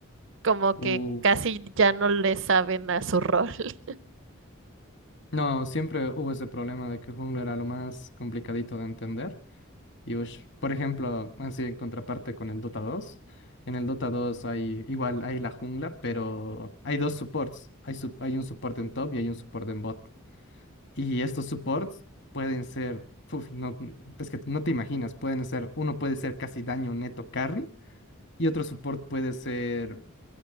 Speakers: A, on the right; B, on the left.
A: como
B: Uh.
A: que casi ya no le saben a su rol. <laughs>
B: No, siempre hubo ese problema de que Jungla era lo más complicadito de entender. Y ush, por ejemplo, así en contraparte con el Dota 2, en el Dota 2 hay igual hay la jungla, pero hay dos supports. Hay, sup- hay un support en top y hay un support en bot. Y estos supports pueden ser, uf, no, es que no te imaginas, pueden ser, uno puede ser casi daño neto carry y otro support puede ser